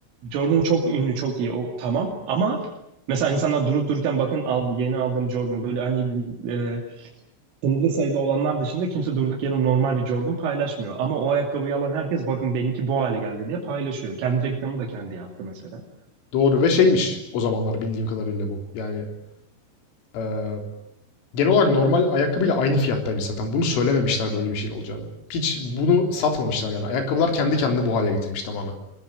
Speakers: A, on the right; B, on the left.
A: Jordan çok ünlü, çok iyi. O tamam ama mesela insanlar durup dururken bakın aldı, yeni aldığım Jordan böyle hani e, sınırlı sayıda olanlar dışında kimse durduk yere normal bir Jordan paylaşmıyor. Ama o ayakkabıyı alan herkes bakın benimki bu hale geldi diye paylaşıyor. Kendi reklamı da kendi yaptı mesela.
B: Doğru ve şeymiş o zamanlar bildiğim kadarıyla bu. Yani eee, genel olarak normal ayakkabıyla aynı fiyattaymış zaten. Bunu söylememişler böyle bir şeyin olacağını. Hiç bunu satmamışlar yani. Ayakkabılar kendi kendini bu hale getirmiş tamamen.